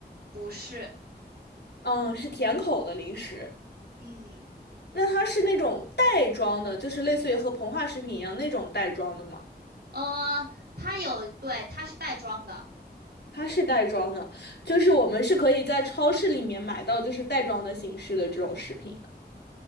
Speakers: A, on the right; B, on the left.
A: 不是？
B: 嗯，是甜口的零食。
A: 嗯，
B: 那它是那种袋装的，就是类似于和膨化食品一样那种袋装的吗？
A: 呃，它有，对，它是袋装的。
B: 它是袋装的，就是我们是可以在超市里面买到，就是袋装的形式的这种食品的，